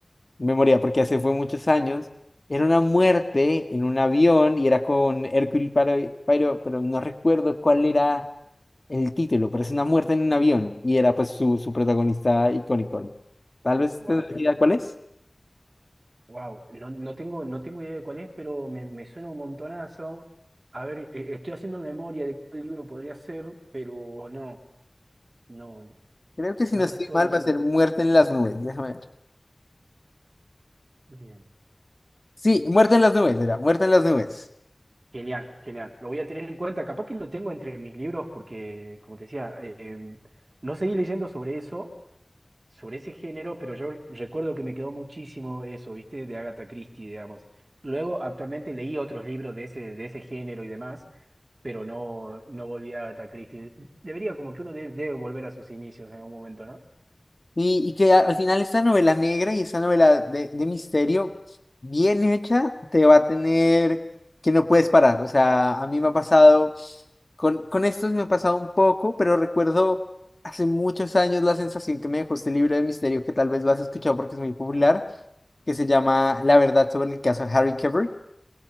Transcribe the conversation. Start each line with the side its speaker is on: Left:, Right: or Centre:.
Left: memoria, porque hace fue muchos años, era una muerte en un avión y era con Hercule Poirot, Poirot, pero no recuerdo cuál era el título, pero es una muerte en un avión y era pues su, su protagonista icónico. Tal vez
Right: Wow,
Left: tendrás idea cuál es.
Right: wow. No, no tengo, no tengo idea de cuál es, pero me, me suena un montonazo. A ver, eh, estoy haciendo memoria de cuál libro podría ser, pero no, no,
Left: Creo que si
Right: no
Left: no estoy
Right: lo estoy.
Left: mal va a ser Muerte en las nubes. Déjame ver.
Right: Bien.
Left: Sí, Muerte en las nubes, era Muerte en las nubes.
Right: Genial, genial. Lo voy a tener en cuenta. Capaz que lo tengo entre mis libros porque, como te decía, eh, em, no seguí leyendo sobre eso sobre ese género, pero yo recuerdo que me quedó muchísimo eso, ¿viste? De Agatha Christie, digamos. Luego, actualmente leí otros libros de ese, de ese género y demás, pero no, no volví a Agatha Christie. Debería, como que uno de- debe volver a sus inicios en algún momento, ¿no?
Left: Y, y que a- al final esta novela negra y esta novela de, de misterio, bien hecha, te va a tener que no puedes parar. O sea, a mí me ha pasado, con, con estos me ha pasado un poco, pero recuerdo hace muchos años la sensación que me dejó este libro de misterio, que tal vez lo has escuchado porque es muy popular, que se llama La verdad sobre el caso Harry Cavill.